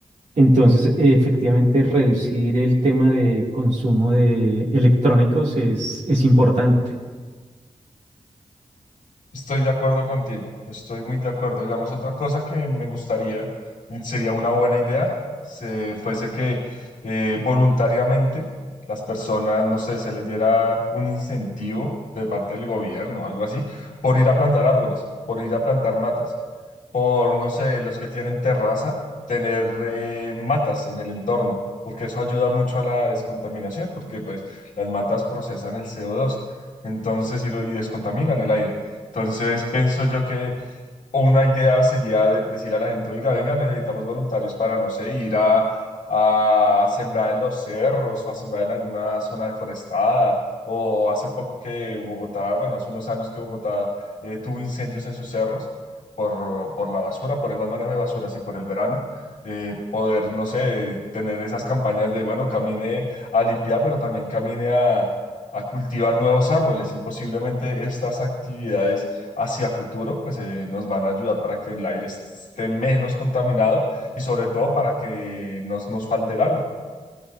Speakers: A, on the right; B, on the left.
A: Entonces, eh, efectivamente, reducir el tema de consumo de electrónicos es, es importante.
B: Estoy de acuerdo contigo, estoy muy de acuerdo. Digamos, otra cosa que me gustaría, y sería una buena idea, se fuese que eh, voluntariamente las personas, no sé, se les diera un incentivo de parte del gobierno o algo así, por ir a plantar árboles, por ir a plantar matas, por, no sé, los que tienen terraza, tener eh, matas en el entorno, porque eso ayuda mucho a la descontaminación, porque pues las matas procesan el co dos entonces, y, lo, y descontaminan el aire. Entonces, pienso yo que una idea sería de- decirle a la gente, oiga, venga, necesitamos voluntarios para, no sé, ir a, a sembrar en los cerros o a sembrar en alguna zona deforestada. O hace poco que Bogotá, bueno, hace unos años que Bogotá eh, tuvo incendios en sus cerros por, por la basura, por el mal manejo de basuras y por el verano. Eh, poder, no sé, tener esas campañas de, bueno, camine a limpiar, pero también camine a a cultivar nuevos árboles y posiblemente estas actividades hacia futuro, pues eh, nos van a ayudar para que el aire esté menos contaminado y sobre todo para que nos, nos falte el agua.